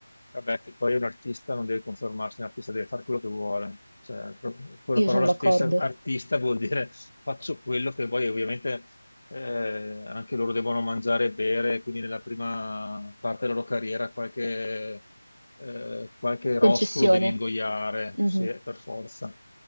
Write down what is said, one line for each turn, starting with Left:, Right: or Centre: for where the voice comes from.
Left: Vabbè, che poi un artista non deve conformarsi, un artista deve fare quello che vuole. Cioè, pro- con la
Right: Io
Left: parola
Right: sono
Left: stessa,
Right: d'accordo.
Left: artista vuol dire faccio quello che voglio. Ovviamente eh, anche loro devono mangiare e bere, quindi nella prima parte della loro carriera qualche, eh, qualche
Right: Concessione.
Left: rospo lo devi ingoiare,
Right: Mhm.
Left: sì, per forza.